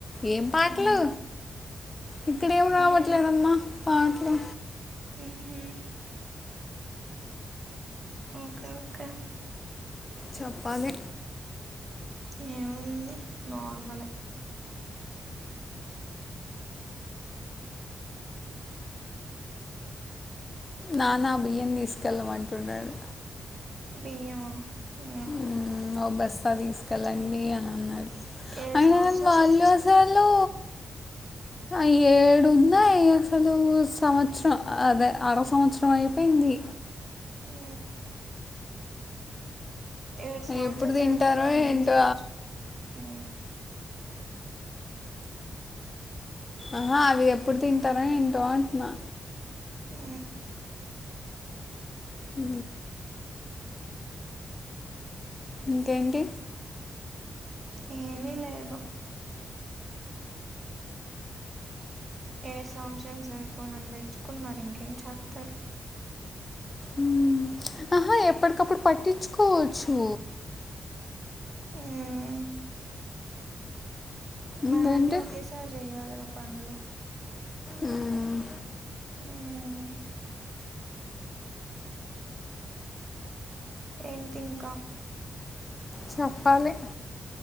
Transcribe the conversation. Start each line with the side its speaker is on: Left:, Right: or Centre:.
Left: ఏం పాట్లు
Right: మ్మ్
Left: ఇక్కడేమి రావట్లేదమ్మా
Right: మ్మ్
Left: పాట్లు
Right: హు ఓకే ఓకే
Left: చెప్పాలి
Right: ఏముంది నార్మలే అ
Left: నాన్న బియ్యం వేసుకెళ్ళమంటున్నాడు
Right: బియ్యమా ఆ
Left: మ్మ్, ఓ బస్తా దీసుకెళ్ళండి అని అన్నాడు
Right: ఏడు
Left: అయిన
Right: సంవత్సరాలు
Left: గానీ వాల్లసలు
Right: స
Left: ఇ ఏడున్నా ఏ అసలు సంవత్సరం అదే అర సంవత్సరం అయిపోయింది
Right: ఊ ఏడు సౌండ్సే
Left: ఎప్పుడు తింటారో
Right: సరిపోనాని
Left: ఏంటో
Right: దీసుకోచ్చు ఊ
Left: ఆహా అవి ఎప్పుడు తింటారా ఏంటో అంటున్నా
Right: ఆ
Left: అ ఇంకేంటి
Right: ఏమీ లేదు ఏ సంవత్సరం సరిపోనని తెచ్చుకున్నారు ఇంకా ఏంచాత్తడు
Left: ఊమ్ ఆహా ఎప్పడికప్పుడు పట్టిచ్చుకోవచ్చు
Right: ఊమ్
Left: ఇంకేంటి
Right: మనం అన్నీ ఒకేసారి చెయ్యాలిగా పనులు
Left: ఉమ్
Right: హుమ్ ఏంటి ఇంకా
Left: చెప్పాలి